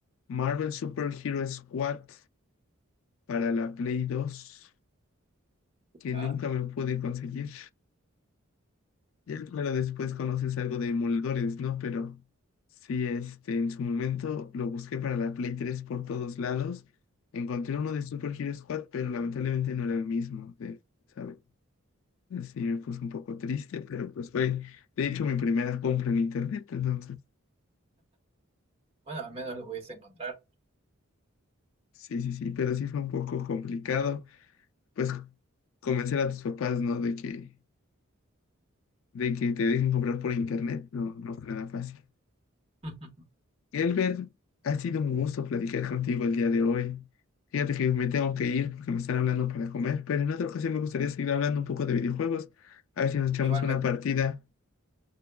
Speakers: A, on the left (about 65°); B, on the right (about 25°).
A: Marvel Super Hero Squad para la Play 2 que
B: Ah,
A: nunca me pude conseguir. Ya, claro, después conoces algo de emuladores, ¿no? Pero sí, este, en su momento lo busqué para la Play tres por todos lados. Encontré uno de Super Hero Squad, pero lamentablemente no era el mismo, de- ¿sabes? Así me puse un poco triste, pero pues fue, de hecho, mi primera compra en internet, entonces,
B: bueno, al menos lo pudiste encontrar.
A: sí, sí, sí, pero sí fue un poco complicado, pues, convencer a tus papás, ¿no? De que, de que te dejen comprar por internet, no, no fue nada fácil.
B: <laughs>
A: Elber, ha sido un gusto platicar contigo el día de hoy. Fíjate que me tengo que ir porque me están hablando para comer, pero en otra ocasión me gustaría seguir hablando un poco de videojuegos. A ver si nos echamos
B: Igualmente.
A: una partida.